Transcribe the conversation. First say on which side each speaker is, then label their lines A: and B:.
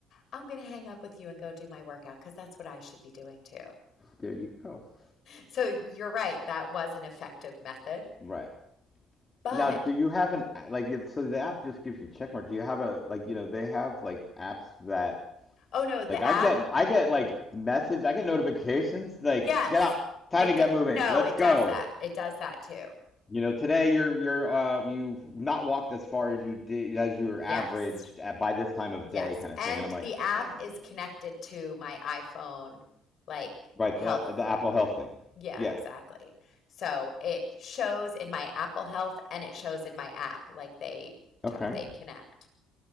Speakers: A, on the left; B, on the left.
A: I'm going to hang up with you and go do my workout because that's what I should be doing too.
B: There you go. <laughs>
A: So you're right. That was an effective method.
B: Right.
A: But
B: Now, do you have an like? So the app just gives you check mark. Do you have a like? You know, they have like apps that
A: oh no, the
B: Like I
A: app.
B: get I get like message I get notifications like
A: Yes.
B: get up time
A: It
B: to get
A: d-
B: moving
A: no,
B: let's
A: it
B: go
A: does that. It does that too.
B: you know today you're you're uh you've not walked as far as you did as you were
A: Yes.
B: averaged at by this time of
A: Yes.
B: day kind of
A: And
B: thing and I'm
A: the
B: like
A: app
B: damn
A: is connected to my iPhone like
B: right
A: health.
B: the the Apple Health thing
A: Yeah,
B: yeah
A: exactly. So it shows in my Apple Health and it shows in my app like they
B: okay
A: t- they connect.